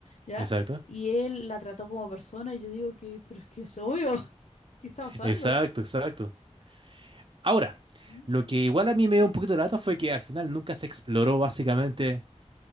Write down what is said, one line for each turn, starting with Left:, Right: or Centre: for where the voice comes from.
Left: ¿ya?
Right: Exacto.
Left: Y él la trató como persona y yo digo que, pero es que es obvio, <laughs> ¿qué está pasando?
Right: Exacto, exacto. Ahora,
Left: Mm.
Right: lo que igual a mí me dio un poquito de lata fue que al final nunca se exploró básicamente